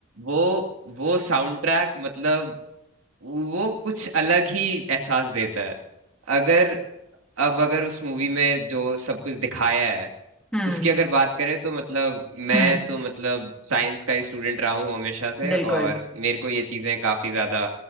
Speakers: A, on the right (about 80°); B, in the centre.
A: वो वो साउंड ट्रैक मतलब वो कुछ अलग ही एहसास देता है अगर अब अगर उस मूवी में जो सब कुछ दिखाया है
B: हम्म
A: उसकी अगर बात करें तो मतलब मैं
B: हम्म
A: तो मतलब साइंस का ही स्टूडेंट रहा हूँ हमेशा से
B: बिल्कुल
A: और मेरे को ये चीजें काफी ज्यादा